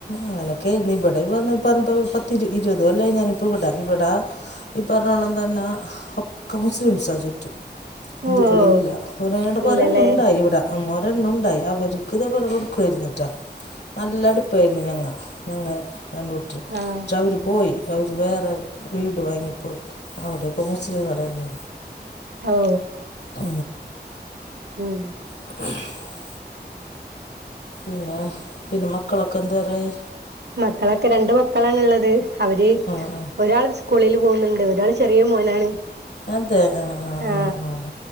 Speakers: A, on the left; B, on the right.
A: അങ്ങനെയൊക്കെയിരുന്നു ഇവിടെ വ പറ പത്തി ഇരുപത് അല്ല ഞാനിപ്പ ഇവിട ഇവിടാ ഈ പറഞ്ഞോണം തന്നെ ഒക്കെ മുസ്ലിംസ ചുറ്റും ഹിന്ദുക്കളില്ല
B: ഓഹ്
A: ഒരുനട്ട്
B: ഇല്ലല്ലേ
A: ഒരെണ്ണം ഉണ്ടായി ഇവിടെ അമ്മോരെണ്ണം ഉണ്ടായി അവർക്ക് ഇതെ പോലെ കൊടുക്കുയിരുന്നട്ടാ നല്ലടു ഇായിരുന്നു ഞങ്ങ ഞ രണ്ടൂട്ടരു
B: ആഹ്
A: അവ പോയി അവര് വേറെ വീട് വാങ്ങിപ്പോയി അവിടെ ഇപ്പോൾ മുസ്ലിംകൾ തന്നെ
B: അ ഓ
A: ആ
B: ഉം
A: !!!!!! പിന്നെ പിന്നെ മക്കളൊക്കെ എന്തുവെരായി
B: മക്കളൊക്കെ രണ്ട് മക്കളാണുള്ളത് അവര്
A: ആ
B: ഒരാൾ സ് കുളിൽ പോകുന്നുണ്ട് ഒരാൾ ചെറിയ മോനാണ്.
A: അതെ ആ ആ
B: ഹാ
A: ആ ആ ആ